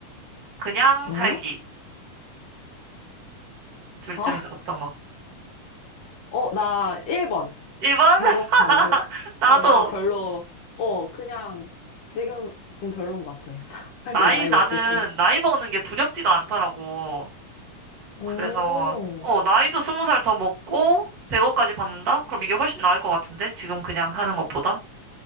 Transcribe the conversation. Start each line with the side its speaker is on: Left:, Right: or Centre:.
Right: 그냥
Left: 응?
Right: 살기. 둘
Left: 어,
Right: 중에서
Left: <laughs>
Right: 어떤 거?
Left: 어, 나 1번.
Right: 1번?
Left: 100억
Right: <laughs>
Left: 받을.
Right: 나도,
Left: 아, 나 별로. 어, 그냥 지금, 지금 별론 것 같아. <laughs> 빨리
Right: 나이,
Left: 나이
Right: 나는
Left: 먹고 돈.
Right: 나이 먹는 게 두렵지가 않더라고.
Left: 오.
Right: 그래서, 어, 나이도 스무 살 더 먹고, 100억까지 받는다? 그럼 이게 훨씬 나을 것 같은데? 지금 그냥 하는 것보다?